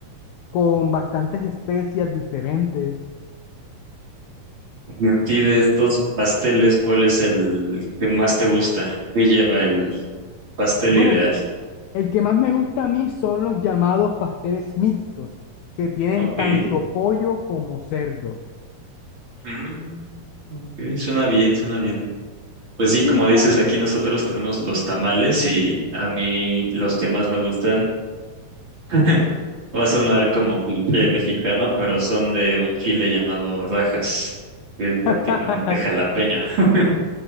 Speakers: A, on the left; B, on the right.
A: con bastantes especias diferentes.
B: Y a ti de estos pasteles, ¿cuál es el que más te gusta? ¿Qué lleva el pastel
A: Bueno,
B: ideal?
A: el, el que más me gusta a mí son los llamados pasteles mixtos, que tienen
B: Ok.
A: tanto pollo como cerdo.
B: Mm, ok, suena bien, suena bien. Pues sí,
A: Sí,
B: como
A: claro.
B: dices, aquí nosotros tenemos los tamales y a mí los que más me gustan, <laughs> va a sonar como cliché mexicano, pero son de un chile llamado rajas, que es prácticamente
A: <laughs>
B: jalapeño. <laughs>